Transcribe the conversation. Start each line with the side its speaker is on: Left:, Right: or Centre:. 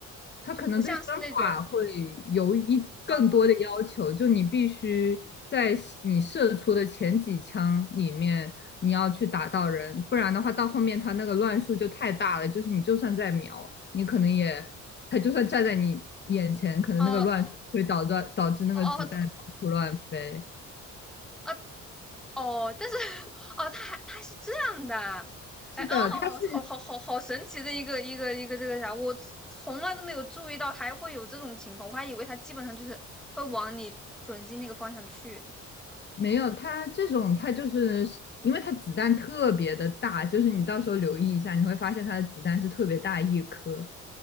Left: 它可能对身法会有一更多的要求，
Centre: 就不像是那种啊
Left: 就你必须在你射出的前几枪里面，你要去打到人，不然的话到后面它那个乱数就太大了，就是你就算在瞄，你可能也，它就算站在你眼前，可能那个乱数会导致导致那个子弹到处乱飞。
Centre: 哦哦哦啊哦，但是 <laughs> 哦，它还它还是这样的，
Left: 是的，
Centre: 哎哦，
Left: 它是
Centre: 好好好好神奇的一个一个一个这个啥，我从来都没有注意到还会有这种情况，我还以为它基本上就是会往你准心那个方向去呢。
Left: 没有，它这种它就是因为它子弹特别的大，就是你到时候留意一下，你会发现它的子弹是特别大一颗，